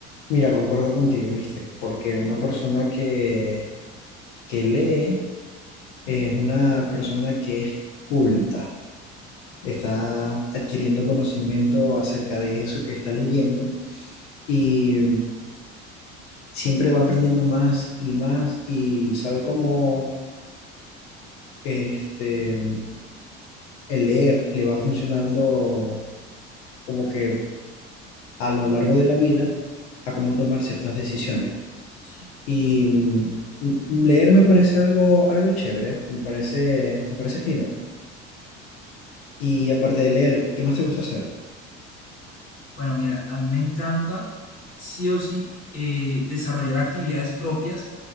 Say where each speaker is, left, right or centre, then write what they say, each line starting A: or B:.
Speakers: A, on the left; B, on the left.
A: Mira, concuerdo contigo, ¿viste? Porque una persona que, que lee es una persona que es culta, está adquiriendo conocimiento acerca de eso que está leyendo y siempre va aprendiendo más y más y sabe cómo este, el leer le va funcionando como que a lo largo de la vida a cómo tomar ciertas decisiones. Y mm, mm, leer me parece algo, algo chévere, me parece, me parece fino. Y aparte de leer, ¿qué más te gusta hacer?
B: Bueno, mira, a mí me encanta sí o sí eh, desarrollar actividades propias,